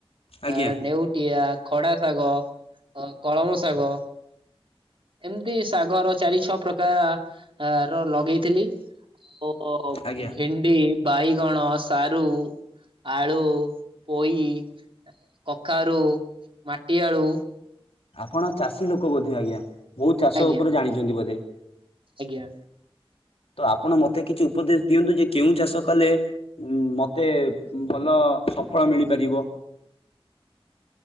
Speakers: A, on the left; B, on the right.
A: ଆଜ୍ଞା
B: ଆ ନେଉଟିଆ, ଖଡା ଶାଗ, ଅ କଳମ ଶାଗ। ଏମିତି ଶାଗର ଚାରି ଛଅ ପ୍ରକାର ଆ ର ଲଗେଇଥିଲି। ଆଉ
A: ଆଜ୍ଞା
B: ଭେଣ୍ଡି ଭେଣ୍ଡି, ବାଇଗଣ, ସାରୁ ଆଳୁ, ପୋଇ କଖାରୁ, ମାଟି ଆଳୁ
A: ଆପଣ ଚାଷୀ ଲୋକ ବୋଧେ ଆଜ୍ଞା। ବହୁତ ଚାଷ
B: ଆଜ୍ଞା
A: ଉପରେ ଜାଣିଛନ୍ତି ବୋଧେ‌?
B: ଆଜ୍ଞା।
A: ତ ଆପଣ ମତେ କିଛି ଉପଦେଶ ଦିଅନ୍ତୁ ଯେ କେଉଁ ଚାଷ କଲେ ଉଁ ମତେ ଭଲ ସଫଳ ମିଳିପାରିବ।